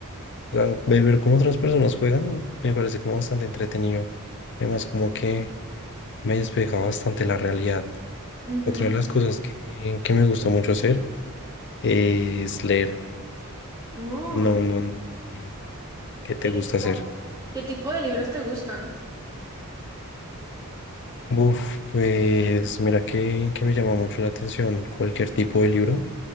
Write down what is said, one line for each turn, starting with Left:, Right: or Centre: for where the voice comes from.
Left: o sea, de ver cómo otras personas juegan, me parece como bastante entretenido, además como que me despeja bastante la realidad.
Right: Ujú.
Left: Otra de las cosas que, que me gusta mucho hacer es leer.
Right: Oh,
Left: No, no, no. ¿a ti ¿Qué te
Right: ¿qué tipo
Left: gusta hacer?
Right: qué tipo de libros te gustan?
Left: Uf, pues mira que, que me llama mucho la atención cualquier tipo de libro,